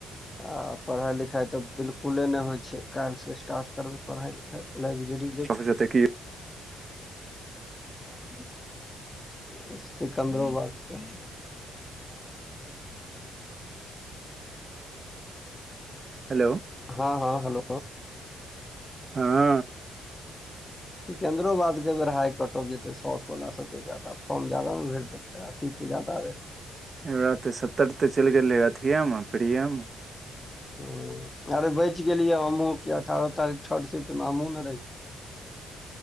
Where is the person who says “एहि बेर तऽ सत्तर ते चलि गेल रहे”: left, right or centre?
Right